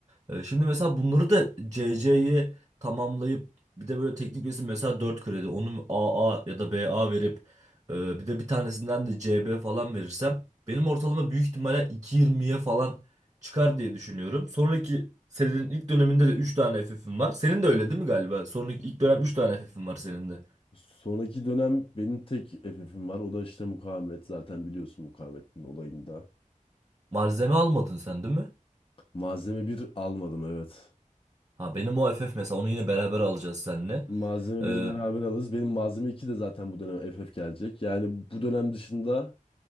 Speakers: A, on the right; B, on the left.
A: E, Şimdi mesela bunları da CC'yi tamamlayıp bir de böyle teknik resim mesela 4 kredi onu AA ya da BA verip e, bir de bir tanesinden de CB falan verirsem benim ortalama büyük ihtimalle 2.20'ye falan çıkar diye düşünüyorum. Sonraki senenin ilk döneminde de 3 tane FF'im var. Senin de öyle değil mi galiba? Sonraki ilk dönem 3 tane FF'im var senin de.
B: Sonraki dönem benim tek FF'im var. O da işte mukavemet. Zaten biliyorsun mukavemetin olayında.
A: Malzeme almadın sen değil mi?
B: Malzeme bir almadım evet.
A: Ha benim o FF mesela onu yine beraber alacağız seninle.
B: Malzeme
A: Ee,
B: bir Evet. beraber alırız. Benim malzeme 2 de zaten bu dönem FF gelecek. Yani bu dönem dışında